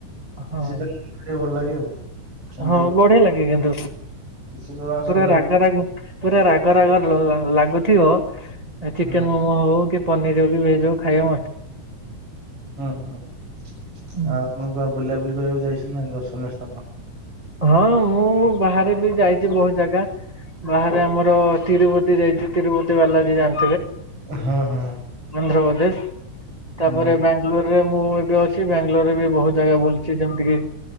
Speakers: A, on the right; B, on the right.
A: ହଁ
B: ସେଟା ଭଲ ଲାଗେ ଆଉ। ସେମିତି
A: ହଁ ବଢିଆ ଲାଗେ କିନ୍ତୁ
B: କିଛି ଜଣା ସାଧା
A: ପୁରା ରାଗ ରାଗ। ପୁରା ରାଗ ରାଗ ଲ ଲାଗୁଥିବ
B: ହୁଁ
A: ଚିକେନ ମୋମୋ ହଉ କି ପନିର ହଉ ଭେଜ୍ ହଉ ଖାଇବା
B: ହୁଁ ହୁଁ ହଁ। ଆପଣ
A: ହୁଁ।
B: କୁଆଡେ ବୁଲା ବୁଲି କରିବାକୁ ଯାଇଛି ନା ଦର୍ଶନୀୟ ସ୍ଥାନ?
A: ହଁ ମୁଁ ବାହାରେ ବି ଯାଇଛି ବହୁତ ଜାଗା। ବାହାରେ ଆମର ତିରୁପତି ଯାଇଛୁ ତିରୁପତି ବାଲାଜି ଯାଆନ୍ତୁ।
B: ହଁ ହଁ।
A: ଆନ୍ଧ୍ରପ୍ରଦେଶ ତାପରେ
B: ହୁଁ
A: ବାଙ୍ଗଲୋର ମୁଁ ଏବେ ଅଛି। ବାଙ୍ଗାଲୋରରେ ବି ବହୁତ ଜାଗା ବୁଲିଛି ଯେମିତି